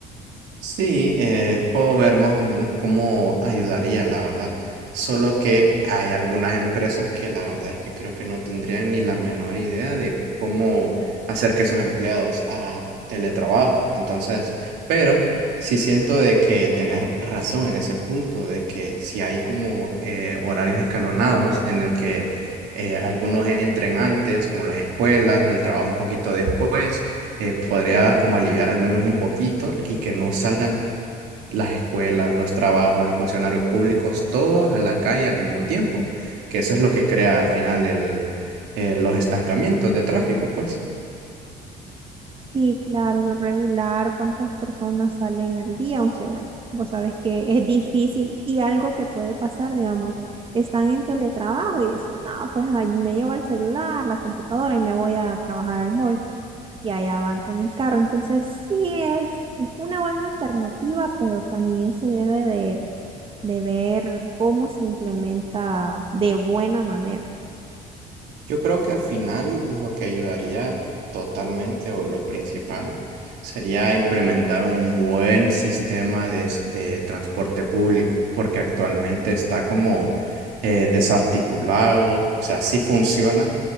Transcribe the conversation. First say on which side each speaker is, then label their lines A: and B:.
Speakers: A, on the right; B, on the right.
A: Sí, eh, puedo ver más o menos cómo ayudaría, la verdad. Solo que hay algunas empresas que la verdad es que creo que no tendrían ni la menor idea de cómo hacer que sus empleados hagan teletrabajo. Entonces, pero sí siento de que tenés razón en ese punto, de que si hay como eh, horarios escalonados en el que eh, algunos entren antes, como las escuelas, el trabajo un poquito después eh, podría como aliviar al menos un poquito y que no salgan las escuelas, los trabajos, los funcionarios públicos, todos a la calle al mismo tiempo, que eso es lo que crea al final el, eh, los estancamientos de tráfico, pues.
B: Sí, claro, regular cuántas personas salen al día, aunque bueno, vos sabés que es difícil y algo que puede pasar, digamos, están en teletrabajo y dicen, no, pues ahí me llevo el celular, la computadora y me voy a trabajar al mall y allá van con el carro. Entonces, sí es una buena alternativa, pero también se debe de, de ver cómo se implementa de buena manera.
A: Yo creo que al final lo que ayudaría totalmente o lo principal sería implementar un buen sistema de, s- de transporte público, porque actualmente está como eh, desarticulado, o sea, sí funciona,